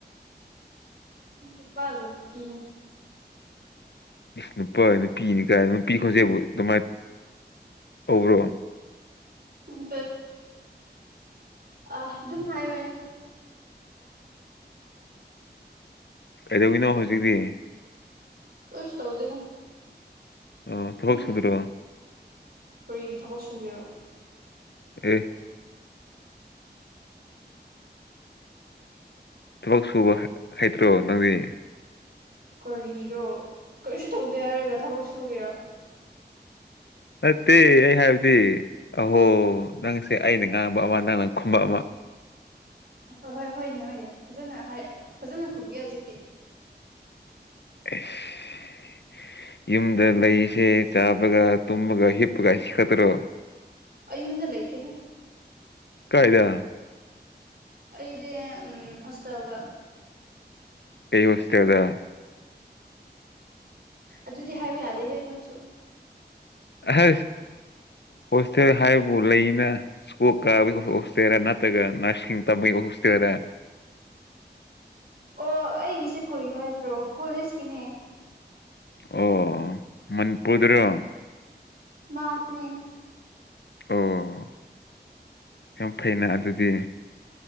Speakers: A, on the right; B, on the left.
A: ꯎ ꯄꯜꯕ ꯀ
B: ꯅꯨꯄꯥ ꯅꯨꯄꯤꯅꯤ ꯀꯥꯏ ꯅꯨꯄꯤ ꯈꯣꯟꯖꯦꯕꯨ ꯑꯗꯨꯃꯥꯏꯅ ꯇ꯭ꯔꯣ
A: ꯎ ꯑ ꯑꯗꯨꯝ ꯍꯥꯏꯕꯅꯦꯗ
B: <unintelligible> ꯀꯩꯗꯧꯒꯤꯅꯣ ꯍꯧꯖꯤꯛꯇꯤ
A: ꯀꯁ ꯇꯧꯗꯅ
B: ꯑꯣ ꯊꯕꯛ
A: ꯑꯗꯨꯝ
B: ꯁꯨꯗ꯭ꯔꯣ
A: ꯀꯔꯤꯒꯤ ꯊꯕꯛ ꯁꯨꯒꯦꯔꯣ
B: ꯑꯦ ꯊꯕꯛ ꯁꯨꯕ ꯍꯩꯇ꯭ꯔꯣ ꯅꯪꯗꯤ
A: ꯀꯔꯤꯔꯣ ꯀꯔꯤꯁꯨ ꯇꯧꯗꯦ ꯍꯥꯏꯔꯒ ꯊꯕꯛ ꯁꯨꯒꯦꯔꯥ
B: ꯅꯠꯇꯦ ꯑꯩ ꯍꯥꯏꯕꯗꯤ ꯑꯍꯣ ꯅꯪꯁꯦ ꯑꯩꯅ ꯉꯥꯡꯕ ꯑꯃ ꯅꯪꯅꯪ ꯈꯨꯝꯕ ꯑꯃ ꯎ <inaudible>
A: ꯍꯣꯏ ꯍꯣꯏ ꯍꯣꯏꯅꯦ ꯍꯣꯏꯅꯦ ꯐꯖꯅ ꯍꯥꯏ ꯐꯖꯅ ꯈꯨꯝꯒꯦ ꯍꯧꯖꯤꯛꯇꯤ
B: ꯑꯦꯁ ꯌꯨꯝꯗ ꯂꯩꯁꯦ ꯆꯥꯕꯒ ꯇꯨꯝꯕꯒ ꯍꯤꯞ ꯀꯁꯤ ꯈꯇ꯭ꯔꯣ
A: ꯑꯩꯌꯨꯝꯗ ꯂꯩꯇꯦꯍꯦ
B: ꯀꯥꯏꯗ
A: ꯑꯩꯒꯤ ꯍꯣꯁꯇꯦꯦꯜꯗ
B: ꯑꯩ ꯍꯧꯁꯦ ꯑꯗ
A: ꯑꯗꯨꯗꯤ ꯍꯥꯏꯕ ꯌꯥꯗꯦꯍꯦ ꯅꯪꯁꯨꯨꯝ
B: ꯑꯁ ꯍꯣꯁꯇꯦꯜ ꯍꯥꯏꯕꯕꯨ ꯂꯩꯅ ꯁ꯭ꯀꯨꯜ ꯀꯥꯕꯒꯤ ꯍꯣꯁꯇꯦꯜ ꯅꯠꯇ꯭ꯔꯒ ꯅꯔꯁꯤꯡ ꯇꯝꯕꯒꯤ ꯍꯣꯁꯇꯦꯜ ꯂꯥ
A: ꯑꯣ ꯑꯩꯒꯤꯁꯦ ꯀꯨꯏ ꯍꯥꯏꯁꯤ꯭ꯔꯣ ꯀꯣꯂꯦꯖꯀꯤꯅꯦ
B: ꯑꯣ ꯃꯅꯤꯄꯨꯔꯗ꯭ꯔ
A: ꯃꯥꯅꯦ
B: ꯑꯣ ꯌꯥꯝ ꯐꯩꯩꯅ ꯑꯗꯨꯗꯤ